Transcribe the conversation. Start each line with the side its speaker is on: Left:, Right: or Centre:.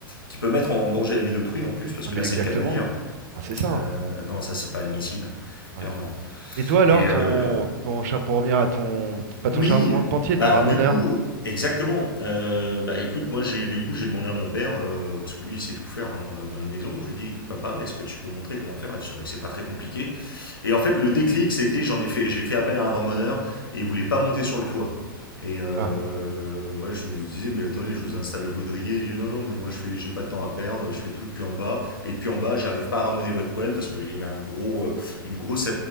Left: qui peut mettre en danger la vie d'autrui en plus, parce
Right: ah,
Left: que
Right: mais
Left: là,
Right: exactement.
Left: c'est le cas de le dire.
Right: Ah, c'est ça.
Left: Euh,
Right: hein.
Left: non, ça, c'est pas admissible,
Right: Ouais.
Left: clairement.
Right: Et toi alors,
Left: Et euh,
Right: ton, ton char pour revenir à ton, pas
Left: oui,
Right: ton charpentier,
Left: bah,
Right: ton ramoneur?
Left: du coup, exactement. Euh, bah, écoute, moi, j'ai du coup, j'ai demandé à mon père, euh, parce que lui, il sait tout faire hein, dans, la- dans les maisons, je lui ai dit, écoute, papa, est-ce que tu peux montrer comment faire? Et c'est vrai que c'est pas très compliqué. Et en fait, le déclic, ça a été, j'en ai fait, j'ai fait appel à un ramoneur et il voulait pas monter sur le toit. Et euh,
Right: Ah,
Left: moi, je lui disais, mais attendez, je vous installe le baudrier. Il dit, non, non, mais moi, je fais, j'ai pas de temps à perdre. Je fais tout depuis en bas. Et depuis en bas, j'arrive pas à ramoner votre poêle parce qu'il y avait un gros, euh, une grosse